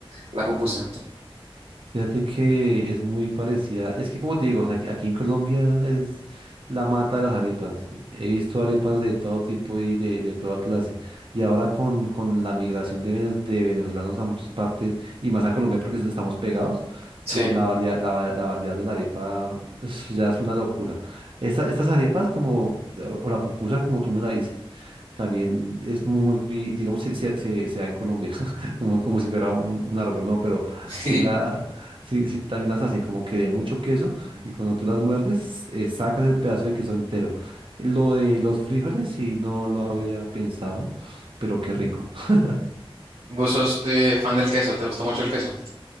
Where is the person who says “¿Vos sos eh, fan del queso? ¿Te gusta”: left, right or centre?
Right